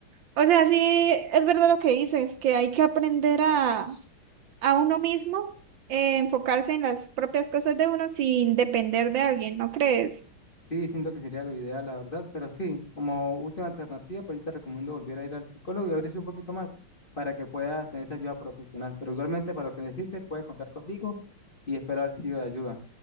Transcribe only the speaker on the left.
Sí, siento que sería lo ideal, la verdad, pero sí, como última alternativa, pues sí te recomiendo volver a ir al psicólogo y abrirse un poquito más para que puedas tener esa ayuda profesional. Pero igualmente, para lo que necesites, puedes contar conmigo y espero haber sido de ayuda.